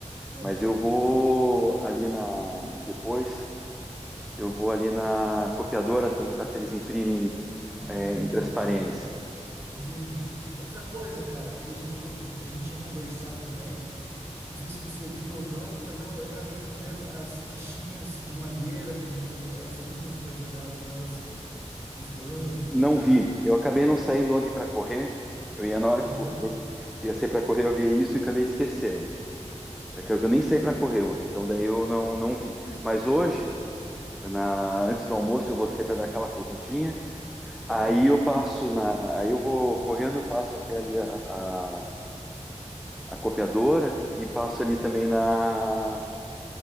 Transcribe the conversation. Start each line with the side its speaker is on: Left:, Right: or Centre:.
Right: Ah,
Centre: Mas eu vou ali na. Depois, eu vou ali na copiadora perguntar se eles imprimem
Right: ah,
Centre: é, em transparência.
Right: tá. Entendi. Outra coisa, cara, que a gente, co- a gente tinha conversado também. Não sei se você viu ou não, mas eu, eu acabei não vendo as fichinhas de madeira para a gente fazer as runas para jogar, fazer as- os, os danos,
Centre: Não
Right: os dados.
Centre: vi. Eu acabei não saindo ontem para correr. Eu ia na hora
Right: Aham,
Centre: que, for, que ia sair para correr, eu vi isso e acabei esquecendo. É que eu nem saí para correr ontem, então daí eu não, não vi. Mas hoje, na- antes do almoço, eu vou sair para dar aquela corridinha. Aí
Right: certo.
Centre: eu passo na. Aí eu vou correndo, eu passo até ali a, a, a copiadora e passo ali
Right: Tá.
Centre: também na